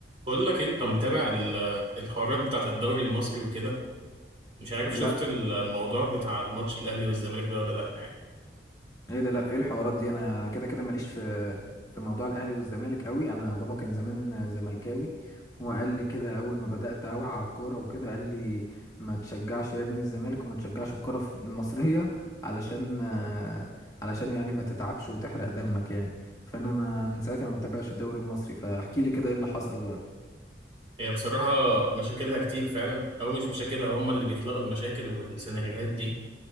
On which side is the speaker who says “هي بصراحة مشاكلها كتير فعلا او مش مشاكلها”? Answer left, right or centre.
Right